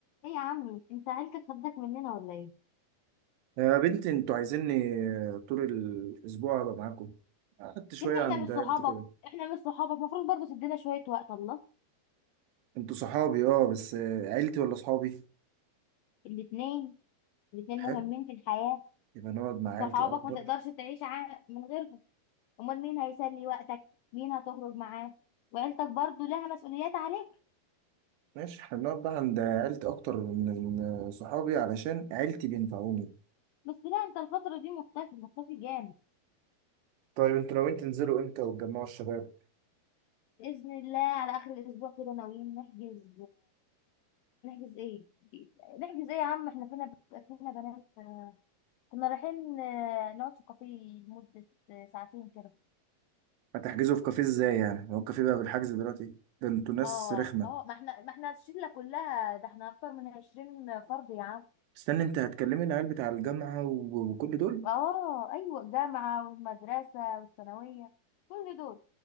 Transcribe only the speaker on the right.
يا بنتي انتوا عايزيني طول الاسبوع ابقى معاكم قعدت شويه
عند
عيلتي كده
انتوا صحابي اه بس عيلتي ولا صحابي
حلو
يبقى نقعد مع عيلتي
اكبر
ماشي احنا بنقعد بقى عند عيلتي اكتر من صحابي علشان عيلتي بينفعوني
طيب انتوا ناويين تنزلوا امتى وتجمعوا الشباب
هتحجزوا في كافيه ازاي يعني هو الكافيه بقى بالحجز دلوقتي ده انتوا ناس
رخمه
استنى انت هتكلمي العيال بتاع الجامعه و- وكل دول